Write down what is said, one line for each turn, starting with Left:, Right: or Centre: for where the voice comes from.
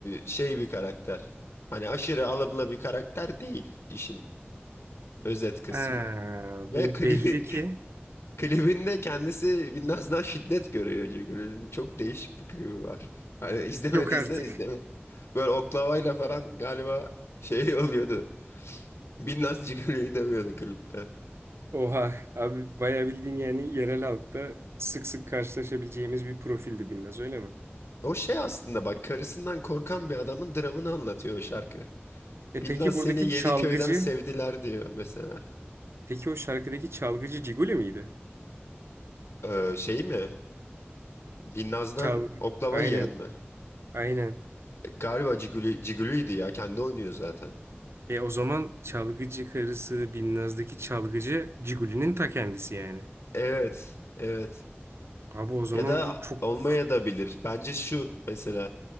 Left: şey bir karakter. Hani aşırı alımlı bir karakter değil işin özet kısmı.
Right: Ha, bu
Left: Ve klibi,
Right: belli ki
Left: <laughs> klibinde kendisi Binnaz'dan şiddet görüyor çünkü. Çok değişik bir klibi var. Hani izlemediysen
Right: yok artık.
Left: izleme. Böyle oklavayla falan galiba şey <laughs> oluyordu. Binnaz Cigali'yi dövüyordu klipte.
Right: Oha abi bayağı bildiğin yani yerel halkta sık sık karşılaşabileceğimiz bir profildi Binnaz öyle mi?
Left: O şey aslında bak karısından korkan bir adamın dramını anlatıyor o şarkı.
Right: E
Left: Binnaz
Right: peki buradaki
Left: seni yedi
Right: çalgıcı,
Left: köyden sevdiler diyor mesela.
Right: peki o şarkıdaki çalgıcı Ciguli miydi?
Left: Ee, şey mi? Binnaz'dan
Right: Çalgı,
Left: oklava
Right: aynen,
Left: yiyen mi?
Right: aynen.
Left: Galiba Cigülü, Cigülü'ydü ya kendi oynuyor zaten.
Right: E o zaman çalgıcı karısı Binnaz'daki çalgıcı Ciguli'nin ta kendisi yani.
Left: Evet evet.
Right: Abi o zaman
Left: Ya da
Right: bu çok
Left: olmaya da bilir. Bence şu mesela.